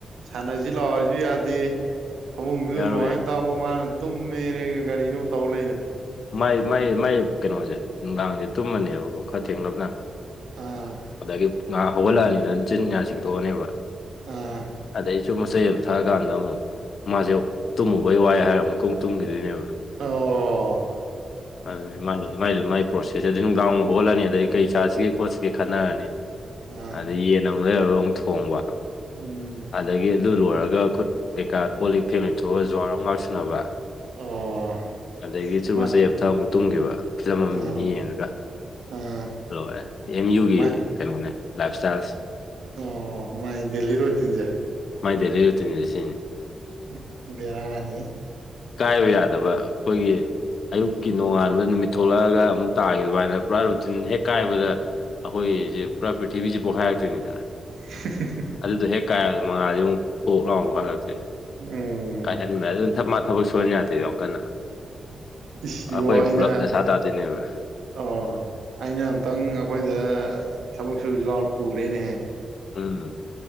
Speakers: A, on the right; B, on the left.
A: ꯁꯥꯟꯅꯁꯤ ꯂꯥꯛꯑꯣꯁꯨ ꯌꯥꯗꯦ ꯐꯃꯨꯡꯗꯨ
B: ꯌꯥꯔꯣꯏꯌꯦ
A: ꯅꯨꯡꯉꯥꯏ ꯅꯨꯃꯤꯠ ꯇꯥꯕ ꯃꯥꯅ ꯇꯨꯝꯃꯦꯔꯦꯒ ꯀꯔꯤꯅꯣ ꯇꯧ ꯂꯩ
B: ꯃꯥꯏ ꯃꯥꯏ ꯃꯥꯏ ꯀꯩꯅꯣꯁꯦ ꯅꯨꯡꯗꯥꯡꯁꯦ ꯇꯨꯝꯃꯅꯦꯕꯀꯣ ꯈꯔ ꯊꯦꯡꯂꯞꯅ
A: ꯑꯥ
B: ꯑꯗꯒꯤ ꯉꯥ ꯍꯧꯒꯠꯂꯛꯑꯅꯤꯅ ꯆꯤꯟ ꯌꯥ ꯁꯦꯡꯇꯣꯛꯑꯅꯦꯕ
A: ꯑꯥ
B: ꯑꯗꯩ ꯆꯨꯔꯨꯞ ꯃꯆꯩ ꯑꯃ ꯊꯛꯑꯀꯥꯟꯗ ꯑꯃꯨꯛ ꯃꯥꯁꯦ ꯇꯨꯝꯃꯨꯕꯩ ꯋꯥꯏ ꯍꯥꯏꯔ ꯑꯃꯨꯛꯀ ꯑꯃꯨꯛ ꯇꯨꯝꯈꯤꯗꯣꯏꯅꯦꯕ
A: ꯑꯣ
B: ꯑꯗꯨꯅꯦ ꯃꯥ ꯃꯥꯏꯗꯤ ꯃꯥꯒꯤ ꯄ꯭ꯔꯣꯁꯦꯁꯁꯦ ꯑꯗꯩꯏ ꯅꯨꯡꯗꯥꯡ ꯋꯥꯏꯔꯝ ꯍꯧꯒꯠꯂꯅꯤ ꯑꯗꯩ ꯀꯩ ꯆꯥꯁꯤꯒꯦ ꯈꯣꯠꯁꯤꯒꯦ ꯈꯟꯅꯔꯅꯤ
A: ꯑꯥ
B: ꯑꯗꯩꯏ ꯌꯦꯟ ꯑꯃꯨꯛ ꯂꯩꯔꯨꯔꯒ ꯊꯣꯡꯕ
A: ꯎꯝ
B: ꯑꯗꯥꯒꯤ ꯑꯗꯨ ꯂꯣꯏꯔꯒ ꯈꯨꯠ ꯀꯩꯀꯥ ꯀꯣꯜ ꯂꯤꯛ ꯐꯦꯡ ꯂꫭꯏꯊꯣꯛꯑꯒ ꯖꯨꯋꯥꯔ ꯑꯃꯨꯛ ꯉꯥꯏꯍꯥꯛ ꯁꯟꯅꯕ
A: ꯑꯣ
B: ꯑꯗꯥꯒꯤ ꯆꯨꯔꯨꯞ
A: ꯃꯥ
B: ꯃꯆꯩ ꯑꯃ ꯊꯥꯛꯑꯒ ꯇꯨꯝꯈꯤꯕ ꯐꯤꯂꯝ ꯑꯃꯥ ꯑꯃꯅꯤ
A: ꯑꯥ
B: ꯌꯦꯡꯉꯒ
A: ꯑꯥ
B: ꯂꯣꯏꯔꯦ ꯑꯦꯝ ꯌꯨꯒꯤ
A: ꯃꯥꯏ
B: ꯀꯩꯅꯣꯅꯦ ꯂꯥꯏꯞꯁ꯭ꯇꯥꯏꯜꯁꯦ
A: ꯑꯣ ꯃꯥꯏ ꯗꯦꯜ ꯂꯤꯔ ꯔꯨꯇꯤꯟ ꯖꯦ
B: ꯃꯥꯏ ꯗꯦꯜ ꯂꯤꯔ ꯔꯨꯇꯤꯟꯖꯦ ꯁꯤꯅꯤ
A: ꯎꯝ ꯕꯤꯔꯥꯅꯤꯍꯦ
B: ꯀꯥꯏꯕ ꯌꯥꯗꯕ ꯑꯩꯈꯣꯏꯒꯤ ꯑꯌꯨꯛꯀꯤ ꯅꯣꯡꯉꯥꯟꯕ ꯅꯨꯃꯤꯠ ꯊꯣꯛꯂꯛꯑꯒ ꯑꯃꯨꯛ ꯇꯥꯈꯤꯕ ꯑꯗꯨꯃꯥꯏꯅ ꯄꯨꯔꯥ ꯔꯨꯇꯤꯟ ꯍꯦꯛ ꯀꯥꯏꯕꯗ ꯑꯩꯈꯣꯏꯁꯦ ꯄꯨꯔꯥ ꯄ꯭ꯔꯤꯊꯤꯕꯤꯁꯦ ꯄꯣꯛꯈꯥꯏꯔꯛꯇꯣꯏꯅꯤꯗꯅ
A: <inaudible>
B: ꯑꯗꯨꯗꯣ ꯍꯦꯛ ꯀꯥꯏꯔꯗ ꯃꯉꯥꯁꯤ ꯑꯃꯨꯛ ꯄꯣꯛ ꯂꯥꯎ ꯀꯥꯏꯍꯥꯟꯂꯛꯇꯨꯏꯅꯦ
A: ꯎꯝ
B: ꯀꯥꯏꯍꯟꯕ ꯑꯗꯨꯝ <unintelligible> ꯊꯕꯛ ꯁꯨꯍꯟ ꯌꯥꯗꯦ ꯌꯥꯝ ꯀꯟꯅ
A: ꯏꯁ ꯏꯕꯣ
B: ꯑꯩꯈꯣꯏ
A: ꯑꯩꯅ
B: ꯄꯨꯂꯞ ꯗꯁꯥ ꯇꯥꯗꯣꯏꯅꯦꯕ
A: ꯑꯣ ꯑꯩꯅ ꯑꯝꯇꯪ ꯑꯩꯈꯣꯏꯗ ꯊꯕꯛ ꯁꯨꯁꯨ ꯂꯥꯎ ꯄꯨꯔꯦꯅꯦꯍꯦ
B: ꯎꯝ